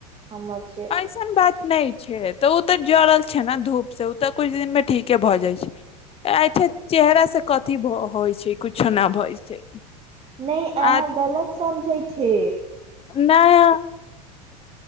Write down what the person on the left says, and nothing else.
ऐसन बात नहि छै तऽ ओ तऽ जड़ल छै ने धूप से ओ तऽ कुछ दिन मे ठीके भऽ जाइ छै अच्छा चेहरा से कथी होइ छै कुछो नहि भ छै
आ
नहि